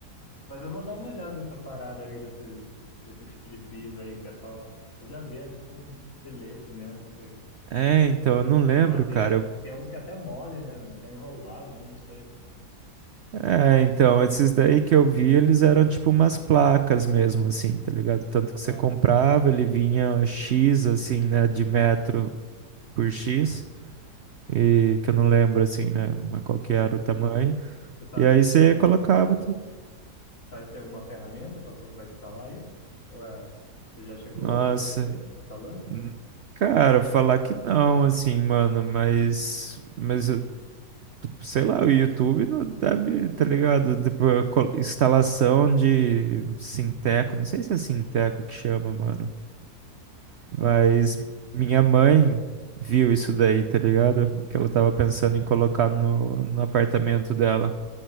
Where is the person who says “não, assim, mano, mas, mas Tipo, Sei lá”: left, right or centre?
Right